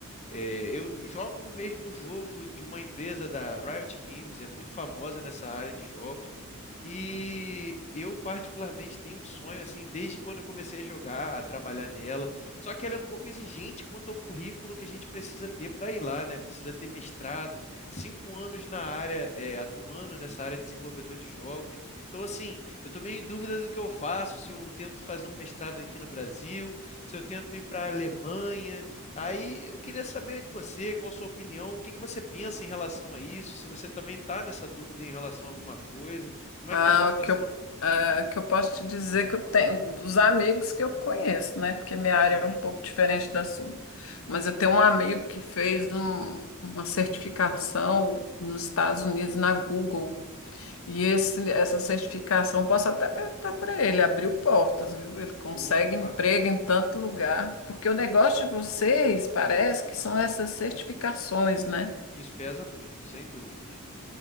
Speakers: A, on the left; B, on the left.
A: é, eu jogo o mesmo jogo de uma empresa da Riot Games, é muito famosa nessa área de jogos. E eu particularmente tenho um sonho assim, desde quando eu comecei a jogar, a trabalhar nela. Só que ela é um pouco exigente quanto ao currículo que a gente precisa ter para ir lá, né? Precisa ter mestrado, cinco anos na área, é, atuando nessa área de desenvolvedor de jogos. Então, assim, eu tô meio em dúvida do que eu faço, se eu tento fazer um mestrado aqui no Brasil, se eu tento ir para a Alemanha. Aí eu queria saber de você, qual a sua opinião, o que que você pensa em relação a isso, se você também está nessa dúvida em relação a alguma coisa, como
B: Ah,
A: é que está a sua situação?
B: o que eu, ah, o que eu posso te dizer que eu tenho dos amigos que eu conheço, né? Porque minha
A: Sim.
B: área é um pouco diferente da sua. Mas eu tenho um amigo que fez um- uma certificação nos Estados Unidos na Google. E esse, essa certificação, posso até perguntar para ele, abriu portas, viu? Ele consegue
A: Opa,
B: emprego em tanto lugar. Porque o negócio de vocês parece que são essas certificações, né?
A: isso pesa muito, sem dúvidas.